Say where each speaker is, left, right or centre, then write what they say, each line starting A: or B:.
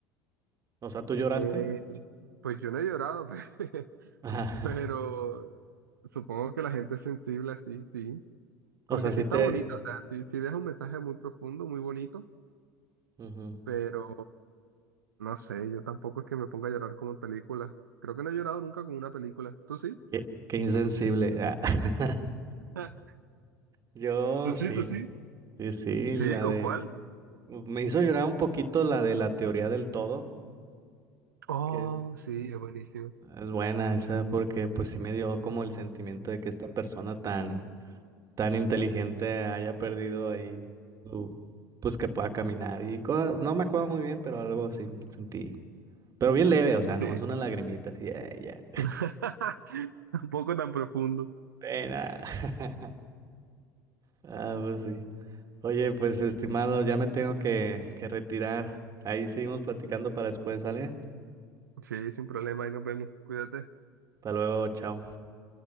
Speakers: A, on the right; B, on the right.
A: O sea, ¿tú lloraste?
B: Eh, pues yo no he llorado, <laughs> pe-
A: Ajá,
B: pero supongo que la gente es sensible así, sí.
A: O
B: Porque
A: sea, sí
B: sí está
A: te...
B: bonita, o sea, sí, sí deja un mensaje muy profundo, muy bonito,
A: ujú.
B: pero no sé, yo tampoco es que me ponga a llorar como en películas. Creo que no he llorado nunca con una película. ¿Tú sí?
A: Qué, qué insensible. Ah. <laughs>
B: <laughs>
A: Yo
B: ¿Tú sí,
A: sí,
B: tú sí?
A: sí, sí,
B: Sí,
A: la
B: ¿con
A: de...
B: cuál?
A: Me hizo llorar un poquito la de la teoría del todo,
B: Oh,
A: que es
B: sí, es buenísimo.
A: es buena esa, porque pues sí me dio como el sentimiento de que esta persona tan, tan inteligente haya perdido ahí su... pues que pueda caminar y cosas- no me acuerdo muy bien, pero algo sí sentí. Pero bien leve, o sea, nomás
B: Sí,
A: una lagrimita, así, "Ey, ya,
B: <laughs> Tampoco tan profundo.
A: <laughs> pena. <laughs> Ah, pues sí. Oye, pues estimado, ya me tengo que, que retirar. Ahí seguimos platicando para después, ¿sale?
B: Sí, sin problema, ahí nos vemos. Cuídate.
A: Hasta luego, chao.